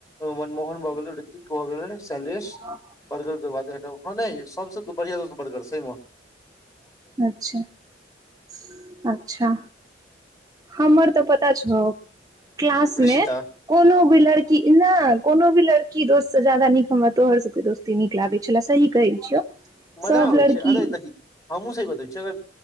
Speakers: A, on the left; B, on the right.
A: मनमोहन भऽ गेल रऋतिक भऽ गेल। सालेश
B: हँ।
A: बर्गर के बाते हटाउ ह नई सबस दू बढ़िया दोस्त बर्गर सही म।
B: अच्छा - अच्छा हमर तऽ, पता छौ। क्लासमे।
A: ऋषिता
B: कोनो भी लड़की न कोनो भी लड़की दोस्त से जादा नीक हमरा तोहर सब के दोस्त। केतै नीक लागै छलै सही कहै छियौ।
A: मजा
B: सब
A: आबे
B: लड़की
A: छै, अरे देखी हमहुँ सही बते छी अगर